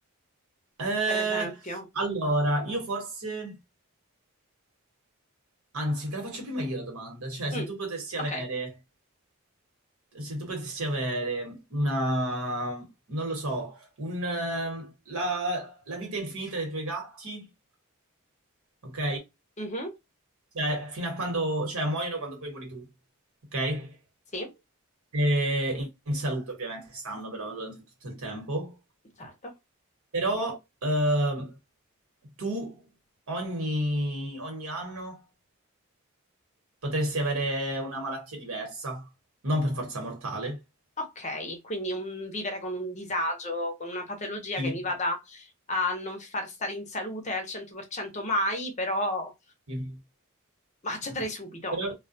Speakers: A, on the right; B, on the left.
A: eh,
B: per esempio.
A: allora, io forse, anzi, te la faccio prima io la domanda, cioè, se
B: Mm,
A: tu potessi avere,
B: ok,
A: se tu potessi avere una, non lo so, un, eh, la, la vita infinita dei tuoi gatti, ok?
B: Mhm,
A: Cioè, fino a quando, cioè, muoiono quando poi muori tu, ok?
B: Sì,
A: E in, in salute, ovviamente, stanno però durante tutto il tempo.
B: certo.
A: Però eh, tu ogni, ogni anno potresti avere una malattia diversa, non per forza mortale.
B: Ok, quindi un vivere con un disagio, con una patologia
A: Sì,
B: che mi vada a non far stare in salute al 100% mai, però
A: sì.
B: ma accetterei subito,
A: Però